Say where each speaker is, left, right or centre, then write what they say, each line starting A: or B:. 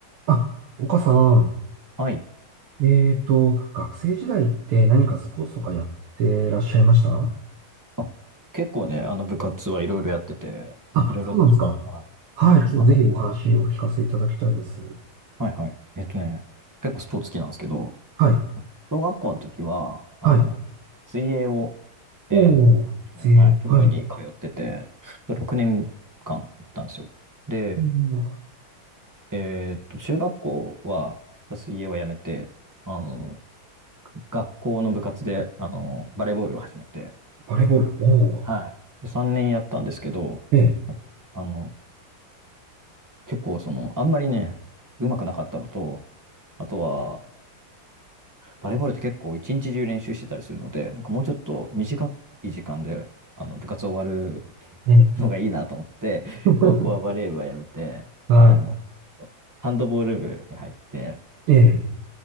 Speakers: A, on the right; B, on the right.
A: あ、岡さん、
B: はい。
A: えーと、学生時代って何かスポーツとかやってらっしゃいました
B: あ、結構ね、あの部活はいろいろやってて、
A: あ、
B: いろいろ、
A: そうなんですか。
B: はい。
A: はい、ちょっとぜひお話をお聞かせいただきたいです。
B: あの、はいはい。えっとね、結構スポーツ好きなんですけど、
A: はい、
B: 小学校の時は、あの、
A: はい。
B: 水泳を、えっ
A: おー、
B: とね、
A: ぜ、
B: はい、プールに通ってて、
A: はい。
B: 6年間行ったんですよ。で、
A: うん
B: えっと、中学校は、水泳はやめて、あの、学校の部活で、あの、バレーボールを始めて、
A: バレーボール、おー、
B: はい。で、3年やったんですけど、
A: ええ、
B: あの、結構その、あんまりね、うまくなかったのと、あとは、バレーボールって結構一日中練習してたりするので、なんかもうちょっと短い時間で、あの、部活終わる
A: ええ、
B: のがいいなと思って、
A: <laughs>
B: 高校はバレー部はやめて、
A: はい、
B: あの、ハンドボール部に入って、
A: ええ、